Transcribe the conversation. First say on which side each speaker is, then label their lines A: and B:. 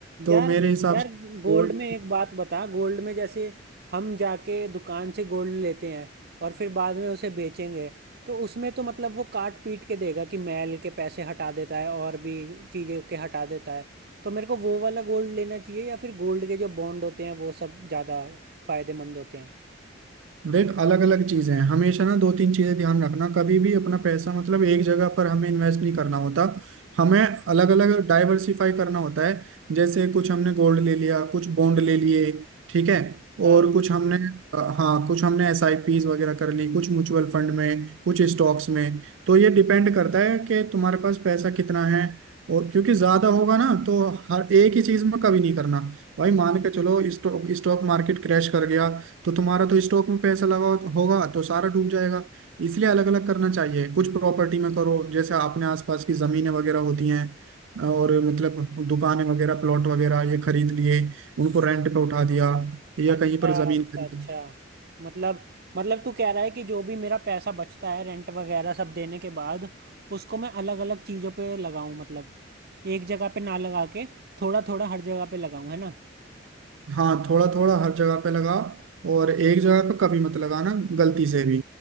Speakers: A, on the right; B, on the right.
A: तो
B: यार
A: मेरे हिसाब
B: यार
A: से
B: गोल्ड
A: गोल्ड
B: में एक बात बता गोल्ड में जैसे हम जाके दुकान से गोल्ड लेते हैं और फिर बाद में उसे बेचेंगे तो उसमें तो मतलब वो काट पीट के देगा कि मैल के पैसे हटा देता है और भी चीज़ें के हटा देता है तो मेरे को वो वाला गोल्ड लेना चाहिए या फिर गोल्ड के जो बॉन्ड होते हैं वो सब ज़्यादा फायदेमंद होते हैं
A: देख अलग अलग चीजें हैं हमेशा ना दो तीन चीजें ध्यान रखना कभी भी अपना पैसा मतलब एक जगह पर हमें इन्वेस्ट नहीं करना होता हमें अलग अलग डाइवर्सिफाई करना होता है जैसे कुछ हमने गोल्ड ले लिया कुछ बॉन्ड ले लिए ठीक है
B: हाँ
A: और कुछ हमने अ, हाँ कुछ हमने एस आई पीज वगैरह कर ली कुछ म्यूचुअल फंड में कुछ स्टॉक्स में तो ये डिपेंड करता है कि तुम्हारे पास पैसा कितना है और क्योंकि ज्यादा होगा ना तो हर एक ही चीज में कभी नहीं करना भाई मान के चलो स्टॉक स्टॉक मार्केट क्रैश कर गया तो तुम्हारा तो स्टॉक में पैसा लगा हो- होगा तो सारा डूब जाएगा इसलिए अलग अलग करना चाहिए कुछ प्रॉपर्टी में करो जैसे अपने आसपास की जमीनें वगैरह होती हैं और मतलब दुकानें वगैरह प्लॉट वगैरह ये खरीद लिए उनको रेंट पे उठा दिया या
B: अच्छा
A: कहीं पर जमीन
B: अच्छा
A: खरीद
B: अच्छा मतलब मतलब तू कह रहा है कि जो भी मेरा पैसा बचता है रेंट वगैरह सब देने के बाद उसको मैं अलग अलग चीजों पे लगाऊं मतलब एक जगह पे ना लगा के थोड़ा थोड़ा हर जगह पे लगाऊं है ना
A: हाँ थोड़ा थोड़ा हर जगह पे लगा और एक जगह पे कभी मत लगाना गलती से भी